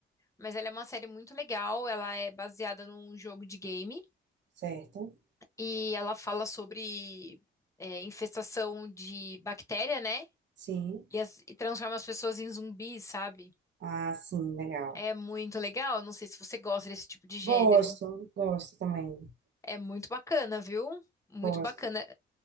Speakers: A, on the left; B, on the right.
A: Mas ela é uma série muito legal, ela é baseada num jogo de game
B: Certo?
A: e ela fala sobre é, infestação de bactéria, né?
B: Sim.
A: E, as- e transforma as pessoas em zumbis, sabe?
B: Ah, sim, legal.
A: É muito legal. Não sei se você gosta desse tipo de gênero.
B: Gosto, gosto também.
A: É muito bacana, viu? Muito
B: Gosto.
A: bacana.